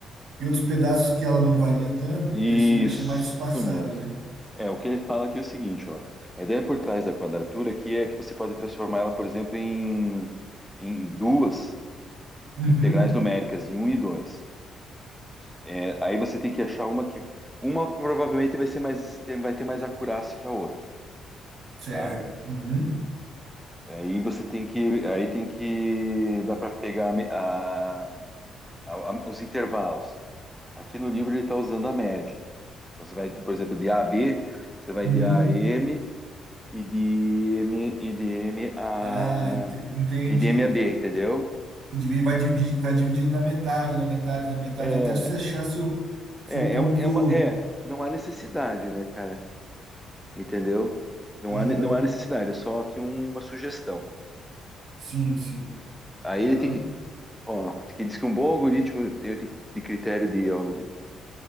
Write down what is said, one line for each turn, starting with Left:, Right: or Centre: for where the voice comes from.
Right: e outros pedaços que ela não varia tanto,
Centre: Isso
Right: deixa, deixa mais espaçado,
Centre: mesmo.
Right: né?
Centre: É, o que ele fala aqui é o seguinte, ó. A ideia por trás da quadratura aqui é que você pode transformar ela, por exemplo, em, em duas
Right: Uhum,
Centre: integrais numéricas, em um e 2. É, aí você tem que achar uma que... Uma provavelmente vai ser mais... tem- vai ter mais acurácia que a outra,
Right: certo.
Centre: tá?
Right: Uhum,
Centre: Aí você tem que, aí tem que, dá para pegar a me- a- a- a- os intervalos. Aqui no livro ele está usando a média. Então você vai, por exemplo, de A a B, você vai
Right: uhum.
Centre: de A a M e de M e de M a
Right: Ah, ent- entendi.
Centre: e de M a B, entendeu?
Right: E divide- vai, dividi- vai dividindo na metade, na metade, na metade,
Centre: É,
Right: até você achar seu, seu
Centre: é,
Right: ponto.
Centre: é, uma, é uma- é, não há necessidade, né, cara? Entendeu? Não
Right: Aham,
Centre: há, ne- não há necessidade, é só aqui uma sugestão.
Right: Sim, sim.
Centre: Aí
Right: Aham,
Centre: ele tem que, ó, que diz que um bom algoritmo tem tem de critério de, ó,